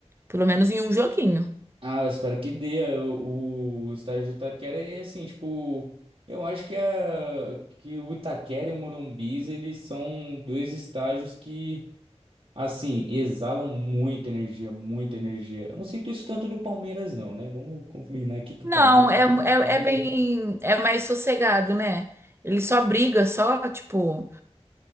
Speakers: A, on the right; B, on the right.
A: Pelo menos em um joguinho.
B: Ah, eu espero que dê. é, O, o estádio de Itaquera é assim, tipo, eu acho que, a, que o Itaquera e o Morumbis, eles são dois estádios que, assim, exalam muita energia, muita energia. Eu não sinto isso tanto do Palmeiras, não, né? Vamos combinar aqui que
A: Não,
B: o Palmeiras,
A: é,
B: quem é
A: é,
B: que liga?
A: é bem. É mais sossegado, né? Ele só briga, só, tipo.